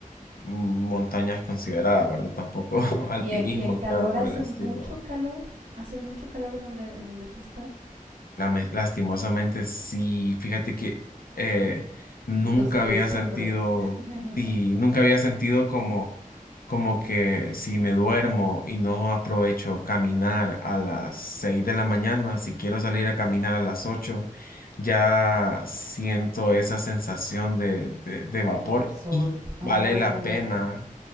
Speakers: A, on the left; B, on the right.
A: mm, montañas consideradas, ¿verdad? Tampoco <laughs> alpinismo,
B: ¿Y, en, ¿Y, en calor
A: nada por
B: hace
A: el estilo.
B: mucho calor? ¿Hace mucho calor en donde, en donde tú estás?
A: Lame- lastimosamente, sí, fíjate que eh, nunca
B: Entonces le
A: había
B: sufres
A: sentido,
B: <laughs> el
A: sí, nunca había sentido como, como que si me duermo y no aprovecho caminar a las 6 de la mañana, si quiero salir a caminar a las 8 ya siento esa sensación de, de de vapor
B: el sol.
A: y
B: Ah,
A: vale
B: Oh.
A: la pena